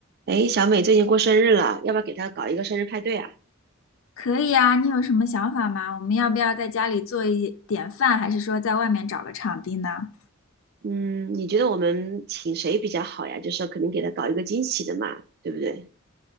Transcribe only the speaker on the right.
诶，小美最近过生日了，要不要给她搞一个生日派对啊？
嗯，你觉得我们请谁比较好呀？就是肯定给她搞一个惊喜的嘛，对不对？